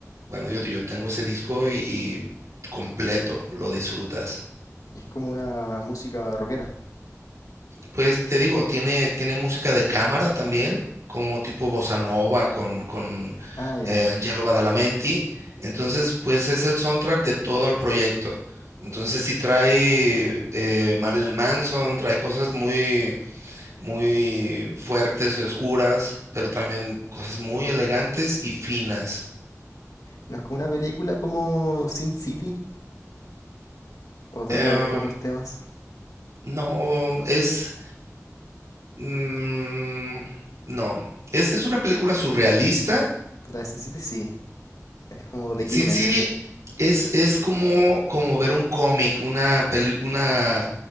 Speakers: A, on the right; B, on the left.
A: bueno, yo, yo tengo ese disco y, y completo lo disfrutas.
B: Es como una música rockera.
A: Pues te digo, tiene, tiene música de cámara también, como tipo bossa nova con, con
B: Ah, ya.
A: eh, Angelo Badalamenti. Entonces, pues es el soundtrack de todo el proyecto. Entonces, sí trae eh, Marilyn Manson, trae cosas muy, muy fuertes y oscuras, pero también cosas muy elegantes y finas.
B: No es como una película como Sin City o trata
A: Eh,
B: ot- otros temas.
A: no, es, Mm, no, es, es una película surrealista.
B: La de Sin City sí, es como de
A: Sin
B: crimen.
A: City es, es como, como ver un cómic, una peli- una,